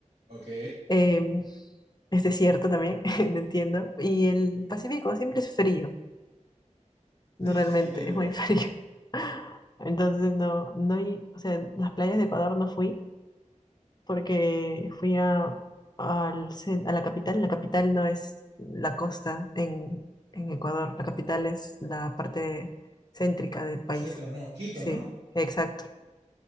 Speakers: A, on the right; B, on the left.
A: Ok.
B: Em, es desierto también, <laughs> no entiendo. Y el Pacífico siempre es frío. No,
A: Sí,
B: realmente,
A: sí, sí, te digo,
B: es muy frío. <laughs> Entonces, no, no, hay- o sea, las playas de Ecuador no fui porque fui a, al cen- a la capital. La capital no es la costa en, en Ecuador, la capital es la parte céntrica del país.
A: centro, no, Quito,
B: Sí,
A: ¿no?
B: exacto.